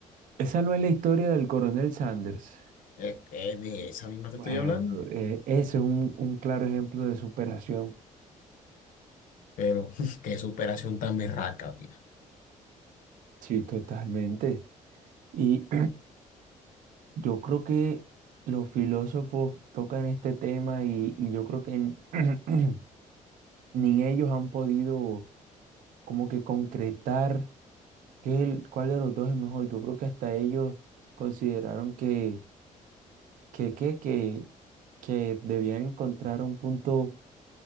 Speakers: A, on the right; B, on the left.
A: Esa no es la historia del coronel Sanders.
B: Es, es de esa misma te
A: Bueno,
B: estoy hablando.
A: eh, ese es un, un claro ejemplo de superación.
B: Pero <laughs> qué superación tan berraca, mira.
A: Sí, totalmente. Y <clears throat> yo creo que los filósofos tocan este tema y, y yo creo que n- <clears throat> ni ellos han podido como que concretar qué, el- cuál de los dos es mejor. Yo creo que hasta ellos consideraron que, que, que, que, que debían encontrar un punto